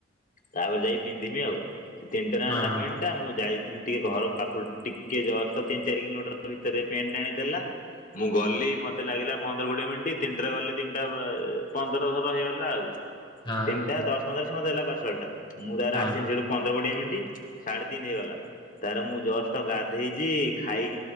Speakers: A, on the left (about 45°); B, on the left (about 25°).
A: ତାପରେ ଯାଇକି ପିନ୍ଧିବି ଆଉ। ସେ ତିନିଟାରେ ଆଣିଲା
B: ହଁ ହଁ
A: ପାଣି ଟା ମୁଁ ଯାଇକି ଟିକେ ଘର ପାଖରୁ ଟିକେ ଜଷ୍ଟ ତିନି ଚାରି କିଲୋମିଟର ଭିତରେ ପେଣ୍ଟ ଆଣିକି ଦେଲା ମୁଁ ଗଲି ମତେ ଲାଗିଲା ପନ୍ଦର କୋଡିଏ ମିନିଟ୍ ତିନିଟାରେ ଗଲି ତିନିଟା ପନ୍ଦର ଧର ହେଇଗଲା ଆଉ।
B: ହଁ
A: ତିନିଟା ଦଶ ପନ୍ଦର ରେ ସେ ମତେ ଦେଲା ପାଟସଲ୍ ଟା ମୁଁ ତାପରେ
B: ହଁ
A: ଆସିନି ସେଠୁ ପନ୍ଦର କୋଡିଏ ମିନିଟ୍ ସାଢ଼େ ତିନି ହେଇଗଲା ତାର ମୁଁ ଜଷ୍ଟ ଗାଧେଇଛି ଖାଇ